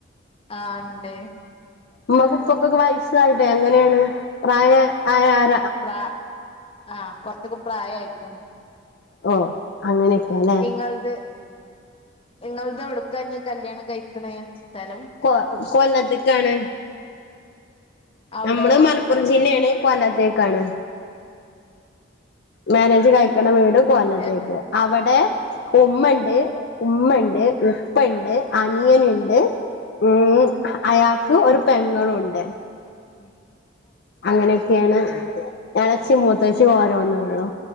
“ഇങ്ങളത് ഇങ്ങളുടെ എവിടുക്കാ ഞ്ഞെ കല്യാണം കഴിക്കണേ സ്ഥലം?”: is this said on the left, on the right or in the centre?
Left